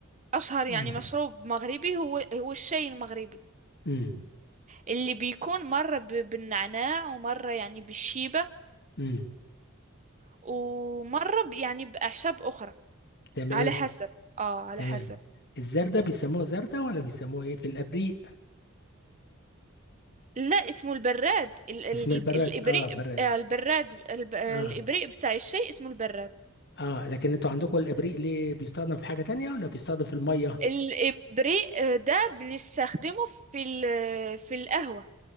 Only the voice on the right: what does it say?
أشهر يعني
مشروب مغربي هو هو الشاي المغربي
اللي بيكون مرة ب- بالنعناع ومرة يعني بالشيبة
ومرة ب- يعني بأعشاب أخرى
على حسب آه على
حسب
لا اسمه البراد ال- ال-
الإبريق
آه، البراد الب- آه،
الإبريق بتاع الشاي اسمه البراد
الإبريق آه، ده بنستخدمه في ال- في القهوة